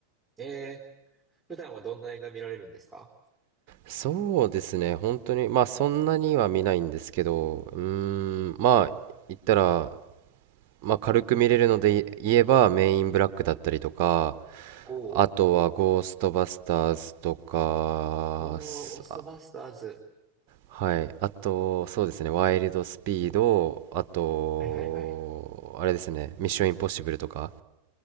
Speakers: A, in the centre; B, on the right.
A: んえー、普段はどんな映画見られるんですか
B: そうですね、本当に、まあそんなには見ないんですけど、うーん、まあ言ったら、まあ軽く見れるので言えば、メインブラックだったりとか、
A: おー、
B: あとはゴーストバスターズとか、
A: おー、
B: すあ
A: オーストバスターズ。
B: はい、あと、そうですね、ワイルドスピード、あと、
A: はいはいはい。
B: あれですね、ミッションインポッシブルとか